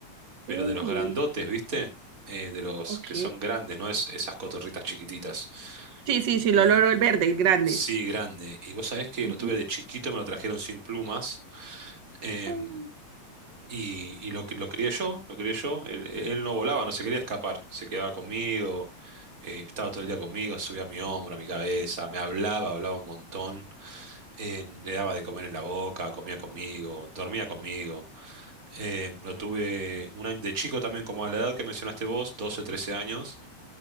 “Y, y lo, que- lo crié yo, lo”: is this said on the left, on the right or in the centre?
Right